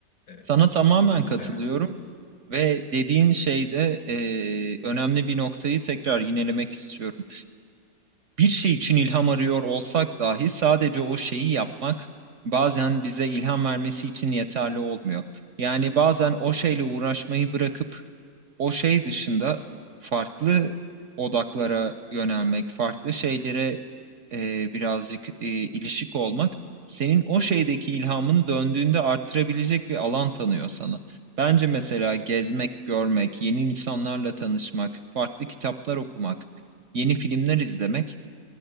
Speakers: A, on the left; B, on the right.
A: eee,
B: Sana tamamen
A: günlük
B: katılıyorum
A: hayatında.
B: ve dediğin şeyde e, önemli bir noktayı tekrar yinelemek istiyorum. Bir şey için ilham arıyor olsak dahi sadece o şeyi yapmak bazen bize ilham vermesi için yeterli olmuyor. Yani bazen o şeyle uğraşmayı bırakıp o şey dışında farklı odaklara yönelmek, farklı şeylere e, birazcık e, ilişik olmak senin o şeydeki ilhamını döndüğünde arttırabilecek bir alan tanıyor sana. Bence mesela gezmek, görmek, yeni insanlarla tanışmak, farklı kitaplar okumak, yeni filmler izlemek